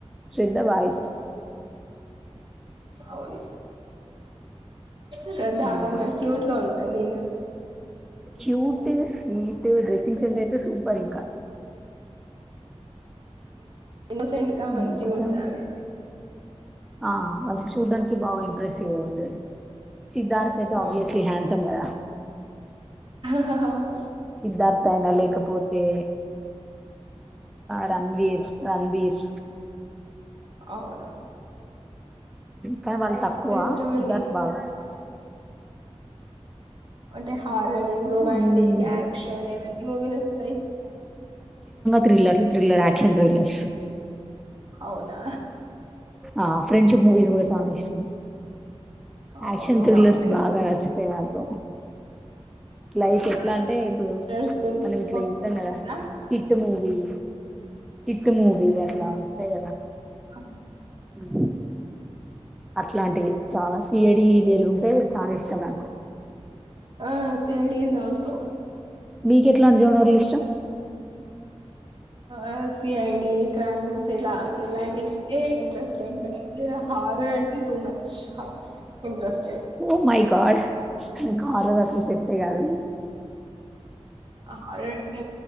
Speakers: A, in the centre; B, on the right.
A: శ్రద్ధ బాగా
B: అవును శ్రధ
A: ఇష్టం
B: కొంచెం క్యూట్ గా ఉంటు అది
A: క్యూట్ స్వీట్ డెస్ స అయితే సూపర్ ఇంకా
B: ఇన్నోసెంట్కా
A: ఉమ్,
B: మంచి
A: కొంచెం
B: ఉండదామే
A: ఆ మంచి చూడ్డానికి బాగా ఇంప్రెసివ్గా ఉంటది సిద్ధార్థ్ అయితే ఆబ్వియస్లీ
B: అవును
A: హ్యాండ్సమ్ కదా
B: హా అవును
A: సిద్ధార్థ అయినా లేకపోతే రణవీర్ రణవీర్
B: అవునును
A: కానీ వాళ్ళు తక్కువ
B: ఇష్టం
A: సిద్ధార్థ్
B: అండి
A: బావ
B: అంటే హారర్ రొమాంటిక్
A: ఉమ్,
B: యాక్షన్ ఎలాంటి మూవీలు వస్తాయి
A: థ్రిలర్ థ్రిల్ర్ యాక్షన్ థ్రిలర్స్
B: అవునా
A: ఆ ఫ్రెండ్షిప్ మూవీస్
B: హ్మ్.
A: కూడా చాన ఇష్టం యాక్షన్
B: అవును
A: థ్రిల్లర్స్
B: బాగుంటాయి
A: బాగా నచ్చి తవాతో లైక్
B: అవునా
A: ఎట్లా అంటే ఇప్పుడు
B: హారర్స్ మూవీస్
A: మనం ఇట్లా
B: బాగుంటుందా?
A: ఇద్దాం కదా హిట్ మూవీ హిట్ మూవీ అట్లా ఉంటాయి కదా
B: ఆ
A: స అట్లాంటివి చాలా సియడి వీలు ఉంటే చాలా ఇష్టం నాకు
B: ఆ సిఐడి ఈస్ ఆల్సో
A: మీకెట్లాంటి జానర్లు ఇష్టం
B: ఆ సి ఐడి క్రైమ్స్ ఇలా ఇలాంటివింటే ఇంట్రెస్ట్ అ horror too much interesting
A: oh my god నాకు హరర్ అసలు సెట్టే కాదు
B: హరర్ అంటే